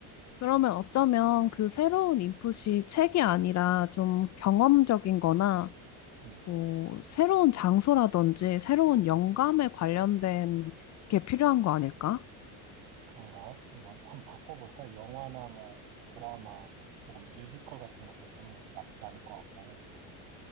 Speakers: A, on the left; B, on the right.
A: 그러면 어쩌면 그 새로운 인풋이 책이 아니라 좀 경험적인 거나
B: 음,
A: 뭐 새로운 장소라든지 새로운 영감에 관련된 게 필요한 거 아닐까?
B: 그런가? 그럼 뭐 한번 바꿔볼까? 영화나 뭐 드라마 혹은 뮤지컬 같은 것도 보는 것도 나쁘지 않을 것 같고